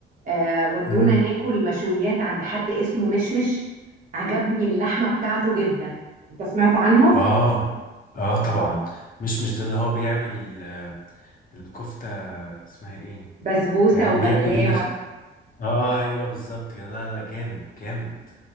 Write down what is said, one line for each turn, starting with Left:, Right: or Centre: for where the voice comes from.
Right: آه ودونا
Left: امم
Right: ناكل مشويات عند حد اسمه مشمش عجبني اللحمة بتاعته جدا انت سمعت عنه
Left: اه اه طبعا مش مش ده اللي هو بيعمل ال- الكفتة اسمها ايه
Right: بسبوسة
Left: يعني
Right: وبقلاوة
Left: بي- بيدخل اه ايوه بالظبط كده لا لا جامد جامد